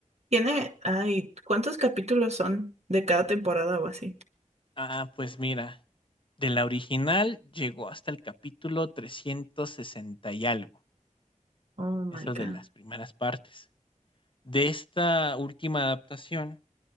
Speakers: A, on the right; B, on the left.
A: Tiene, ay, ¿cuántos capítulos son de cada temporada o así?
B: Ah, pues mira, de la original llegó hasta el capítulo 360 y algo,
A: Oh my
B: eso
A: God.
B: de las primeras partes. De esta última adaptación,